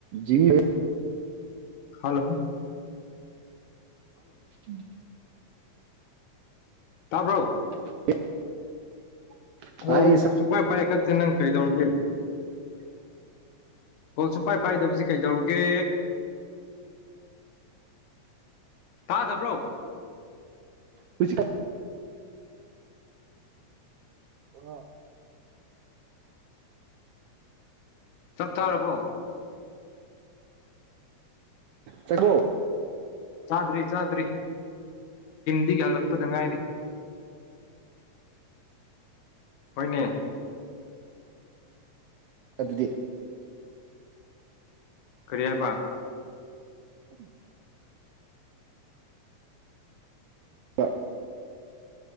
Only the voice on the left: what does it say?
hello
ꯇꯥꯔꯕ
ꯍ
ꯁꯄꯥꯔ ꯄꯥꯏ ꯀ ꯅꯪ ꯀꯩꯗꯧꯔꯒꯦ ꯀꯣ ꯁꯨꯄꯥꯏ ꯄꯥꯏꯗꯕꯁꯤ ꯀꯩꯗꯧꯔꯒꯦ ꯇꯥꯗꯕ꯭ꯔꯣ
ꯆꯞ ꯆꯥꯔꯔꯕꯣ
ꯆꯥꯗꯔꯤ ꯆꯥꯗꯔꯤꯟ ꯒꯤ ꯍꯜꯂꯛꯄꯗ ꯉꯥꯏꯔꯤ ꯍꯅꯦ
ꯀꯔꯤ ꯍꯥꯏꯦ ꯄ